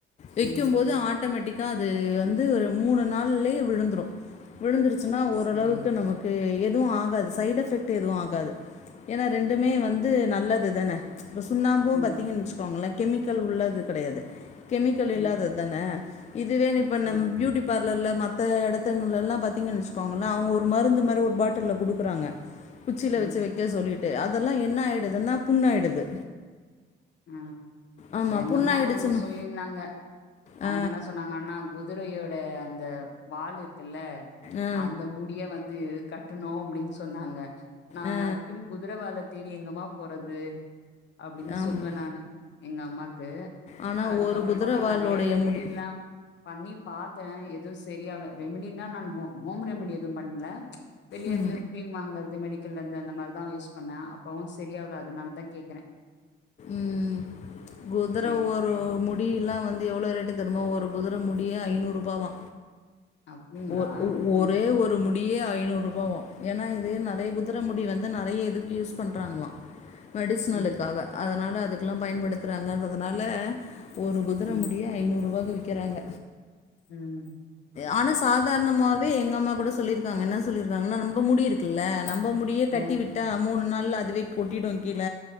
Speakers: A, on the left; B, on the left.
A: வெக்கும்
B: ம்.
A: போது ஆட்டொமெட்டிக்கா அது வந்து ஒரு மூணு நாள்லயே விழுந்துரு விழுந்துருச் சுன்னா ஓரளவுக்
B: சரி.
A: எதுவு ஆகாது சைடெஃபெக்ட் எதுவு ஆகாது ஏன்னா ரெண்டுமே வந்து நல்லது தான அப்போ சுண்ணாம்பு
B: ம்.
A: பாத்தீங்கன் வச்சுக்கோங்களே கெமிக்கல் உள்ளது கடையாது கெமிக்கல் இல்லாததுதான
B: ம்.
A: இதுவே இப்ப
B: சரி.
A: நம் பியூட்டி பார் லல்ல மத்த எடத்துங்கலல்லா பாத்தீங்கனு வச்சுக்கோங்கள அவங்க ஒரு ஒரு மருந்து மாரி ஒரு பாட்டில்ல குடுக்கறாங்க குச்சில
B: ம்.
A: வச்சி வக்க சொல்லிட் து அதெல்லா என்ன ஆயிடுதுன்னா புண்ணாயிடுது
B: அ
A: ஆமாம்
B: எங்கம்மா
A: புண்ணாயிடுச்சுன்னா
B: ஒண்ணு சொல்லிருந்தாங்க அவங்க
A: ஆ
B: என்ன சொன்னாங்கண்ணா கு துரையோட அந்த வாலு இருக்குல்ல
A: ஆ
B: அந்த முடிய வந்து கட்டணு அப்டின்னு சொன்னாங்க நா
A: ஆ
B: அதுக்குன்னு குதுர வால தேடி எங்கம்மா போறது அப்
A: ஆமாம்
B: சொல்வே நானு எங்க அம்மாக்கு
A: ஆனால்
B: அதுக்கப்பறமா
A: ஒரு குதிரவாலோடைய
B: நா நெறைய ரெமிடி
A: முடி
B: எல்லா பண்ணி பாத்த எதுவு செ செரியாவ்ல ரெமிடனா நான் ஹோம் ஹோம் ரெமிடி எதுவு பண்ணல வெளியேந்து
A: ம்
B: கிரீம் வாங்கறது மெடி க்கல்லந்து அந்த மாரி தா யூஸ் பண்ண அப்பவு செரியாவல அதனால தா கேக்கற
A: ம் குதுர
B: சரிப்பா
A: ஒரு முடி லா வந்து எவ்ளோ ரேட்டு தெரியுமா ஒரு குதுர முடி அப்டியே ஐநூரூபாவா
B: அப்டிங்களா
A: ஒ ஒ
B: ம்
A: ஒரே ஒரு முடியே ஐநூரூபாவா ஏன்னா இது நெறைய குதுர முடி வந் து நெறைய இதுக்கு யூஸ் பண்றாங்களா மெடிஸ்னலுக்காக
B: ம்
A: அத அதனால அதுக்கெல்லா பயன்படுத்றாங்கன்றதனால ஒரு குதுர
B: ம்
A: முடியே ஐநூரூவாக்கு விக் விக்கிறாங்க
B: ம்
A: ஆனா சாதாரணமாவே எங்க அம்மா கூட சொல்லிருக்காங்க என்ன சொல்லிருக்காங்கன்னா நம்ப முடி இருக்குல்ல நம்ப முடிய
B: ஆ
A: கட்டிவிட்டா மூணு நாள் ல்ல அதுவே கொட்டிடு கீழ